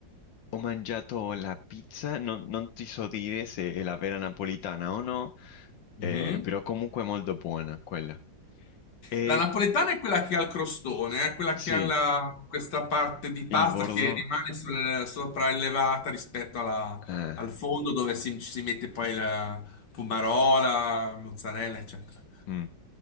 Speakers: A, on the left; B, on the left.
A: ho mangiato la pizza, non, non ti so dire se è la vera napolitana o no,
B: mhm.
A: eh, però comunque è molto buona quella. E
B: La napoletana è quella che ha il crostone, è quella
A: sì,
B: che ha la- questa parte di pasta
A: il bordo.
B: che rimane sul- sopraelevata rispetto alla-
A: ah,
B: al fondo dove si, ci si mette poi la pumarola, mozzarella, eccetera.
A: mm.